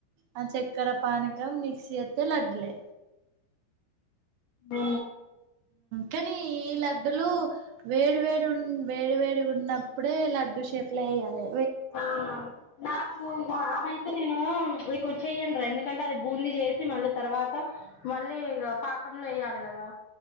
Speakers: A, on the right; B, on the left.
A: ఆ చక్కెర పానకం మిక్సీ అస్త లడ్డలే
B: అ
A: కాని ఈ లడ్డలు వేడి వేడి ఉ వేడి వేడి ఉన్నప్పుడే లడ్డు షేప్ లా ఎయ్యాలే
B: అవునవును నాకు ఇక ఆమె అయితే నేను ఇకు చెయ్యడి రా ఎందు ఎందుకంటే అది బూందీ చేసి మళ్ళీ తర్వాత మళ్ళీ పాకంలో వేయాలి కదా